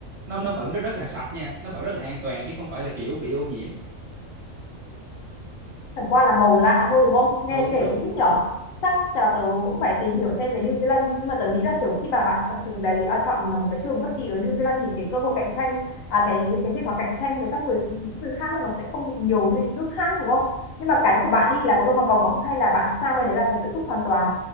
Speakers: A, on the right; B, on the left.
A: nó nó vẫn rất rất là sạch nha nó vẫn rất là an toàn chứ không phải là kiểu bị ô nhiễm
B: chẳng qua là màu lạ thôi đúng không
A: đúng
B: nghe kể
A: đúng
B: cũng thích
A: đúng
B: nhở chắc là tớ cũng phải tìm hiểu thêm về New Zealand nhưng mà tớ nghĩ là kiểu khi mà bạn chọn trường đấy à, chọn một cái trường bất kỳ ở New Zealand thì cái cơ hội cạnh tranh à, cái cái việc mà cạnh tranh với các người những người khác thì nó sẽ không bị nhiều như những nước khác đúng không nhưng mà cái của bạn đi là có được học bổng không hay là bạn sang bên đấy là phải tự túc hoàn toàn